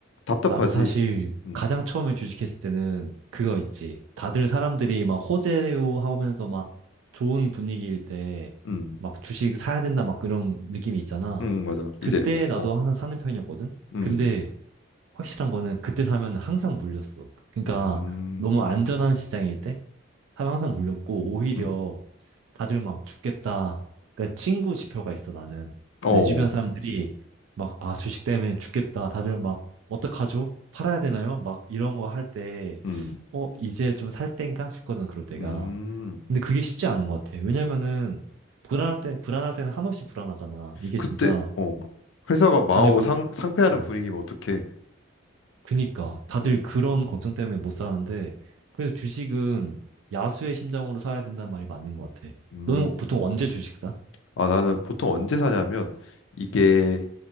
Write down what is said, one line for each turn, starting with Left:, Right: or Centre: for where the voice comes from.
Left: 답답하지?
Right: 나도 사실
Left: 음,
Right: 가장 처음에 주식했을 때는 그거 있지. 다들 사람들이 막 호재요 하면서 막 좋은 분위기일 때
Left: 음,
Right: 막 주식 사야 된다 막 그런 느낌이 있잖아.
Left: 음, 맞아.
Right: 그때
Left: 이제,
Right: 나도
Left: 어,
Right: 항상 사는 편이었거든?
Left: 음,
Right: 근데 확실한 거는 그때 사면 항상 물렸어. 그러니까
Left: 음,
Right: 너무 안전한 시장일 때 사면 항상 물렸고 오히려
Left: 음,
Right: 다들 막 죽겠다. 그러니까 친구 지표가 있어, 나는.
Left: 어,
Right: 내 주변 사람들이 막, 아, 주식 때문에 죽겠다. 다들 막, 어떡하죠? 팔아야 되나요? 막 이런 거 할 때,
Left: 음,
Right: 어, 이제 좀 살 땐가 싶거든, 그럴 때가.
Left: 음.
Right: 근데 그게 쉽지 않은 것 같아. 왜냐면은, 불안할 때, 불안할 때는 한없이 불안하잖아. 이게
Left: 그때,
Right: 진짜,
Left: 어, 회사가 망하고
Right: 다들 그,
Left: 상, 상패하는
Right: 음,
Left: 분위기면 어떡해?
Right: 그니까. 다들
Left: 어,
Right: 그런 걱정 때문에 못 사는데, 그래서 주식은 야수의 심정으로 사야 된다는 말이 맞는 것 같아.
Left: 음.
Right: 너는 보통 언제 주식 사?
Left: 아, 나는 보통 언제 사냐면 이게